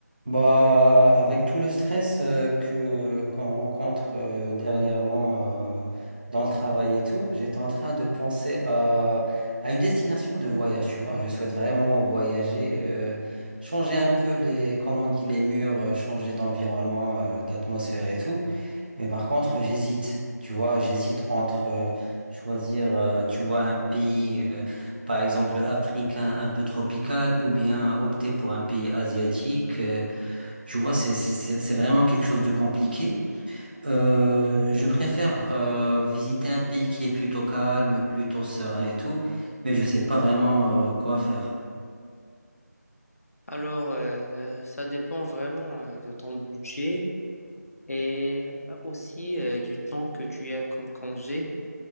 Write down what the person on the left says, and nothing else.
Alors, euh, ça dépend vraiment euh, de ton budget et euh, aussi euh, du temps que tu as comme congé.